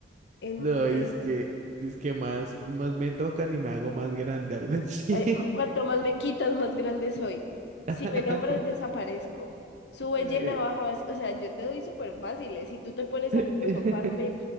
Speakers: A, on the left (about 65°); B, on the right (about 40°).
A: entre,
B: No, es que, es que más, más me tocan y me hago más grande, algo así.
A: eh, cuanto más me quitas, más grande soy. Si
B: <laughs>
A: me nombras, desaparezco. Sube
B: Ay.
A: llena, baja vacía. O sea, yo te doy súper fáciles. Si tú te pones a
B: <laughs>
A: filosofarme